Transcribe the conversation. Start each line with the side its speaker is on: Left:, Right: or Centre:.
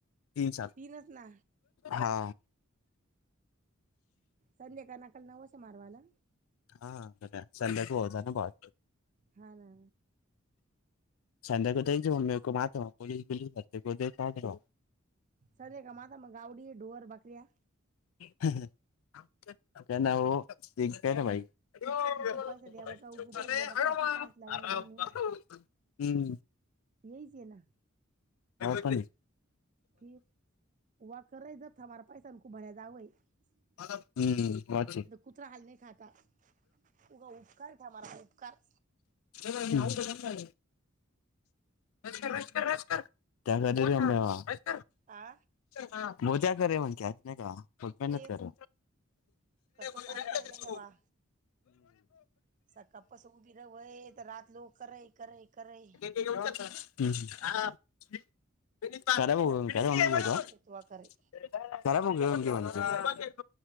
Left: तीन साल
Right: तीनच ना
Left: हा!
Right: संधी के नाकल नवस ये म्हारवाला.
Left: हा प्रत्या संध्याच होवोच ना बाळ!
Right: हा ना!
Left: <unintelligible>
Right: सधी हे का माझ मग गावडी, ढोर, बक-या.
Left: <unintelligible> <unintelligible>
Right: उपास द्यावा का उपास द्यावा का तू कास लावली मम्मी यईच ये ना!
Left: हवा पाणी!
Right: <unintelligible>
Left: <unintelligible>
Right: तर कुत्रा हाल नही खाता, उग उपकार था हमारा उपकार.
Left: <unintelligible> <unintelligible>
Right: आ!
Left: हा मोजा करे म्हणक्यात नही का!
Right: फिर कतो
Left: <unintelligible>
Right: काम करे या वा सकाळपासून उभी रय वय तर रात लू करय. करई, करई.
Left: <unintelligible> <unintelligible>
Right: कोणच नाही करे तू काम येतो वा करे